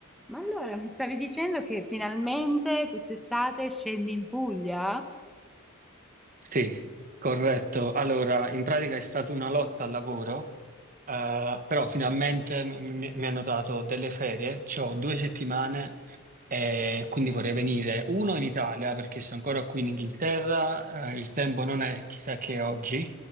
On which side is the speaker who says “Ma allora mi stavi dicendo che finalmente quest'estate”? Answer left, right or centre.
Centre